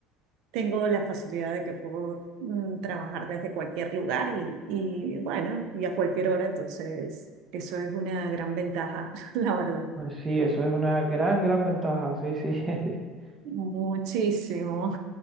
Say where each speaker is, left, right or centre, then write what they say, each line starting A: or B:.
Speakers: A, on the right; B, on the right.
A: Tengo la facilidad de que puedo mm, trabajar desde cualquier lugar y, y, bueno, y a cualquier hora, entonces eso es una gran ventaja, <laughs> la verdad.
B: pues sí, eso es una gran, gran ventaja, sí, sí. <laughs>
A: Muchísimo.